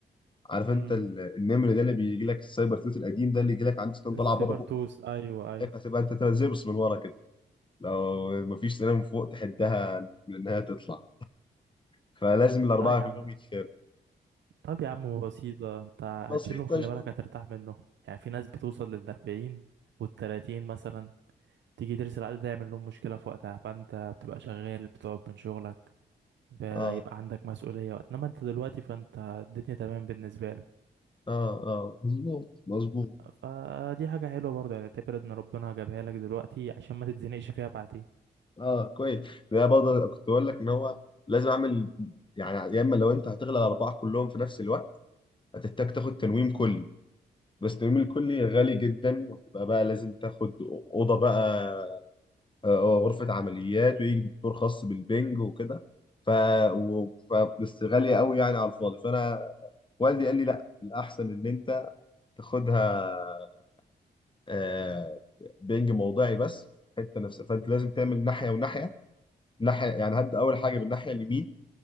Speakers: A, on the left (about 25°); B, on the right (about 75°).
A: عارف انت
B: امم
A: ال- النمر ده اللي بيجي لك السايبر توت القديم ده اللي يجي لك عند سنان
B: السيبرتوث
A: طالعه بره بقه دي
B: ايوه ايوه
A: هتبقى انت تبقى زي بس من ورا كده لو مفيش سنان من فوق تحدها من انها تطلع فلازم الاربعه
B: لا يا عم
A: كلهم يتشالوا
B: طب يا عم بسيطة انت هتشيلهم
A: فبسيطه
B: خلي
A: ان شاء
B: بالك
A: الله
B: هترتاح منهم يعني في ناس بتوصل للأربعين والتلاتين مثلا تيجي ترسل عليه ده يعمل لهم مشكلة في وقتها فانت بتبقى شغال بتقعد من شغلك بيبقى
A: اه
B: عندك مسؤولية وقت. انما انت دلوقتي فانت الدنيا تمام بالنسبة لك
A: اه اه مظبوط مظبوط
B: فدي حاجة حلوة برضه يعني اعتبر ان ربنا جابها لك دلوقتي عشان ما تتزنقش فيها بعدين
A: اه كويس ده برضه كنت بقول لك ان هو لازم اعمل يعني يا اما لو انت هتغلى الاربعه كلهم في نفس الوقت هتحتاج تاخد تنويم كلي بس التنويم الكلي غالي جدا وهتبقى بقى لازم تاخد اوضه بقى آه، غرفة عمليات ويجي دكتور خاص بالبنج وكده ف... و... ف... بس غالية قوي يعني على الفاضي فأنا والدي قال لي لا الأحسن إن أنت تاخدها آه، بنج موضعي بس حتة نفسها فأنت لازم تعمل ناحية وناحية ناحية يعني هبدأ أول حاجة بالناحية اليمين